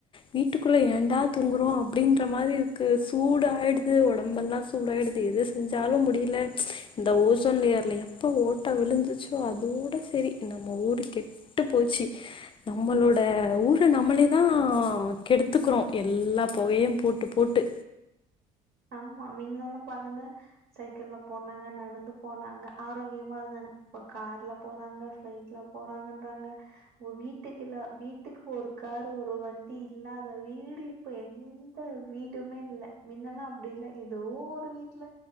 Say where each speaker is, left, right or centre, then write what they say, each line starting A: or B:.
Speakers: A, on the left (about 30°); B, on the right (about 65°).
A: வீட்டுக்குள்ளே ஏண்டா தூங்குறோ அப்டின்ற மாரி இருக்கு சூட ஆய்டுது உடம்பெல்லா சூடாய்டுது எது செஞ்சாலோ முடியுல இந்த ஓசோன் லேயர்ல எப்போ ஓட்ட விழுந்துச்சோ அதோட செரி நம்ம ஊரு கெட்டுப் போச்சு நம்மளோட ஊர நம்மளே தா கெடுத்துக்குறோ எல்லா பொகயு போட்டு-போட்டு
B: ஆமா மின்னெல்லா பாருங்க சைக்கள்ல போனாங்க நடந்து போனாங்க ஆரோக்கியமா இருந்தாங்க இப்ப கார்ல போறாங்க ஃப்ளைட் போறாங்கன்றாங்க ஒ வீட்டுக்கு இல்ல வீட்டுக்கு ஒரு காரு ஒரு வண்டி இல்லாத வீடு இப்ப எந்த வீடுமே இல்ல மின்னெல்லா அப்டில்ல ஏதோ ஒரு வீட்டுல